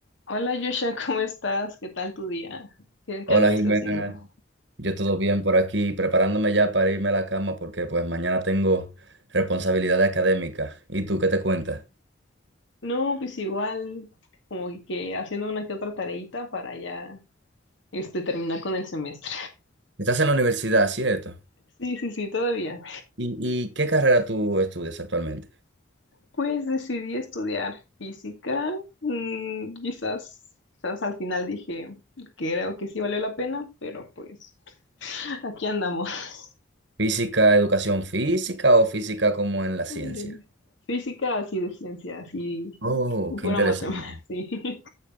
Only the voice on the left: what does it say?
Hola Joshua, ¿cómo estás? ¿Qué tal tu día? ¿Qué, qué
anduviste
haciendo?
No, pues igual, como que haciendo una que otra tareita para ya este, terminar con el semestre. <laughs>
Sí, sí, sí, todavía.
Pues decidí estudiar física. Mm, quizás, quizás al final dije que creo que sí valió la pena, pero pues aquí andamos. <laughs>
Mm, Física así de ciencia, así
pura
matemática, <laughs> sí.